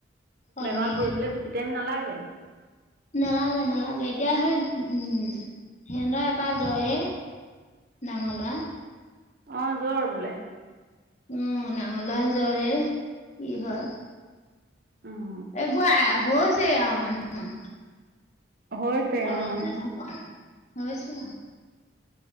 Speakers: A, on the left; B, on the right.
A: সলনি
B: বেমাৰত পৰিবলৈ বেছি টাইম নালাগে।
A: নেলাগে নেলাগে এতিয়া সেই উম সিহঁতৰ এটা জয়ে। ডাঙৰ লোৱা।
B: অ যৰ বোলে।
A: উম নাঙলা জ্বৰে কি হয়?
B: উম।
A: এইবো আ হছেি আৰু মানুহৰ
B: হৈছে
A: গৰম
B: অঁ
A: দান কম হয় হৈছে আও।